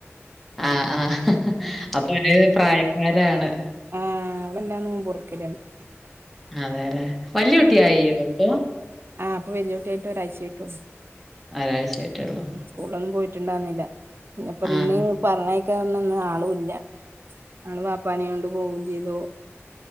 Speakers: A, in the centre; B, on the right.
A: ആഹ് ആഹ്
B: ഉം
A: അപ്പ ഒരേ പ്രായക്കാരാണ്.
B: ആഹ് അവളെല്ലാ നോമ്പ് <unintelligible> റ്ക്കല്ണ്ട്
A: അഹ് വേറെ വല്യ കുട്ടി ആയിനോ ഇപ്പൊ
B: ആഹ് ഇപ്പ വല്യകുട്ട്യായിട്ട് ഒഴ്ച ആയിട്ടൊള്ളൂ
A: ഒരാരാഴ്ചയായിട്ടൊള്ളൂ
B: സ്കൂളൊന്നും പോയിട്ട്ണ്ടാന്നില്ല. ഇന്ന് ഇപ്പൊ
A: ആ
B: ഇന്ന് പറഞ്ഞ ക്കെന്ന ന്ന് ആളുല്ല. ആള് പാപ്പാനെ കൊണ്ട് പോകും ചെയ്തോ